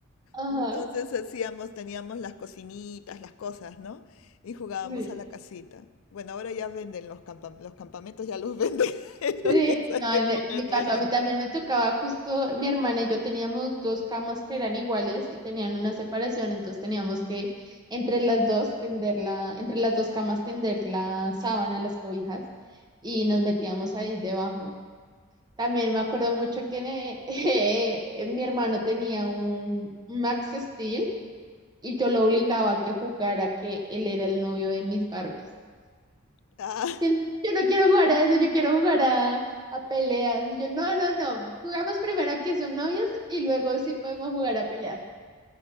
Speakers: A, on the right (about 20°); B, on the left (about 75°).
A: <laughs> Ajá,
B: Entonces hacíamos, teníamos las cocinitas, las cosas, ¿no? Y jugábamos
A: sí.
B: a la casita. Bueno, ahora ya venden los campam- los campamentos, ya los venden, <laughs> pero
A: Sí,
B: en esa
A: no,
B: época
A: en, e, en mi
B: no
A: caso,
B: era.
A: a mí también me tocaba justo, mi hermana y yo teníamos dos camas que eran iguales y tenían una separación, entonces teníamos que entre las dos tender la, entre las dos camas tender la sábana, las cobijas, y nos metíamos ahí debajo. También me acuerdo mucho que eh, <laughs> eh, mi hermano tenía un Max Steel y yo lo obligaba a que jugara que él era el novio de mis Barbies.
B: ah,
A: Y él, yo no quiero jugar a eso, yo quiero jugar a, a peleas. Y yo, no, no, no, jugamos primero a que son novios y luego sí podemos jugar a peleas.